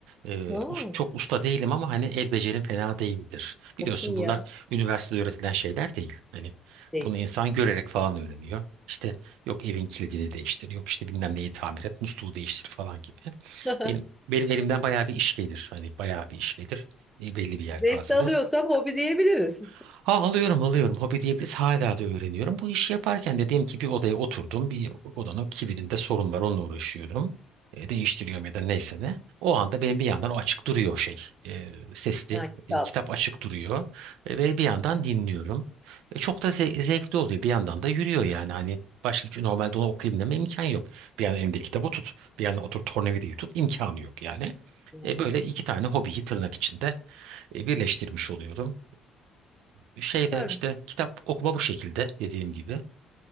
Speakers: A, on the right; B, in the centre.
A: Ee,
B: Aa,
A: us- çok usta değilim ama hani el becerim fena değildir. Biliyorsun
B: çok iyi
A: bunlar
B: ya.
A: üniversitede öğretilen şeyler değil. Hani
B: Değil.
A: bunu insan görerek falan öğreniyor. İşte yok evin kilidini değiştir, yok işte bilmem neyi tamir et, musluğu değiştir falan gibi.
B: <laughs>
A: Benim benim elimden bayağı bir iş gelir. Hani bayağı bir iş gelir. e, belli bir yelpazede.
B: Zevk de alıyorsam hobi diyebiliriz.
A: Ha alıyorum alıyorum. Hobi diyebiliriz. Hala da öğreniyorum. Bu işi yaparken de diyelim ki bir odaya oturdum. Bir odanın kilidinde sorun var. Onunla uğraşıyorum. E, değiştiriyorum ya da neyse ne. O anda benim bir yandan o açık duruyor o şey. E, sesli.
B: <laughs> Ha, kitap.
A: e, kitap açık duruyor. E, ve bir yandan dinliyorum. E, çok da ze- zevkli oluyor. Bir yandan da yürüyor yani. Hani başka hiç normalde onu okuyayım deme imkan yok. Bir yandan elimde kitabı tut. Bir yandan otur tornavidayı tut. imkanı yok yani.
B: Yani,
A: E, böyle iki tane hobiyi tırnak içinde e, birleştirmiş oluyorum. Ee, şeyde
B: süpermiş.
A: işte kitap okuma bu şekilde dediğim gibi.